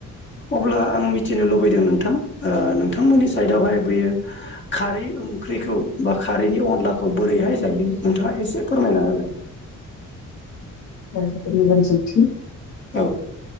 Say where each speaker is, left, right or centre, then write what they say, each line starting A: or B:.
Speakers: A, on the left; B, on the left.
A: अब्ला आं मिथिनो लुबैदों नोंथां नोंथांमोननि साइडआवहाय बेयो खारै ओंख्रिखौ बा खारैनि अनलाखौ बोरैहाय जायो नोंथाङा एसे फोरमायना होनाय।
B: ओं जोबोद मोजां सोंथि
A: औ